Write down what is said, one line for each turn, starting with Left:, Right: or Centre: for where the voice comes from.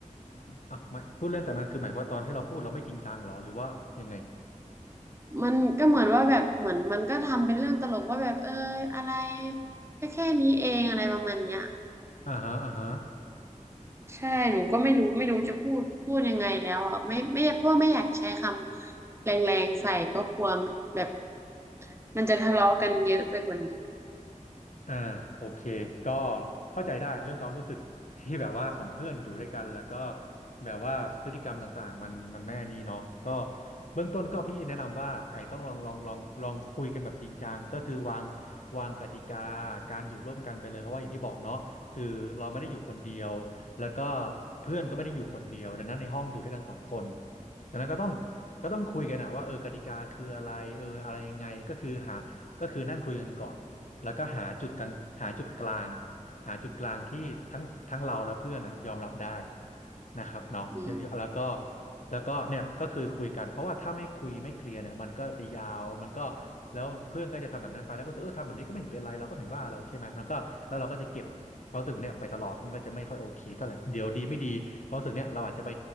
Left: อ่ะไม่พูดเล่นแต่มันคือหมายความว่าตอนที่เราพูดเราไม่จริงจังเหรอหรือว่ายังไง
Right: มันก็เหมือนว่าแบบเหมือนมันก็ทำเป็นเรื่องตลกว่าแบบเอออะไรแค่แค่นี้เองอะไรประมาณเนี้ย
Left: อ่าฮะอ่าฮะ
Right: ใช่หนูก็ไม่รู้ไม่รู้จะพูดพูดยังไงแล้วอ่ะไม่ไม่เพราะว่าไม่อยากใช้คำแรงๆใส่ก็กลัวแบบมันจะทะเลาะกันเยอะไปกว่านี้
Left: อ่าโอเคก็เข้าใจได้เรื่องความรู้สึกที่แบบว่าของเพื่อนอยู่ด้วยกันแล้วก็แบบว่าพฤติกรรมต่างๆมันมันไม่อันนี้เนาะก็เบื้องต้นก็พี่แนะนำว่าไอ้ต้องลองลองลองลองคุยกันแบบจริงจังก็คือวางวางกติกาการอยู่ร่วมกันไปเลยเพราะว่าอย่างที่บอกเนาะคือเราไม่ได้อยู่คนเดียวแล้วก็เพื่อนก็ไม่ได้อยู่คนเดียวดังนั้นในห้องอยู่ด้วยกันสองคนดังนั้นก็ต้องก็ต้องคุยกันอะว่าเออกติกาคืออะไรเอออะไรยังไงก็คือหาก็คือนั่งคุยกันก่อน แล้วก็หาจุดกลางหาจุดกลางหาจุดกลางที่ทั้งทั้งเราและเพื่อนน่ะยอมรับได้นะครับเนาะ
Right: อืม
Left: แล้วก็แล้วก็เนี่ยก็คือคุยกันเพราะว่าถ้าไม่คุยไม่เคลียร์เนี่ยมันก็จะยาวมันก็แล้วเพื่อนก็จะทำแบบนั้นไปแล้วก็รู้สึกเออทำแบบนี้ก็ไม่เห็นเป็นไรเราก็ไม่เห็นว่าอะไรใช่ไหมมันก็แล้วเราก็จะเก็บความรู้สึกเนี้ยไปตลอดมันก็จะไม่ค่อยโอเคเท่าไหร่เดี๋ยวดีไม่ดีความรู้สึกเนี้ยเราอาจจะไป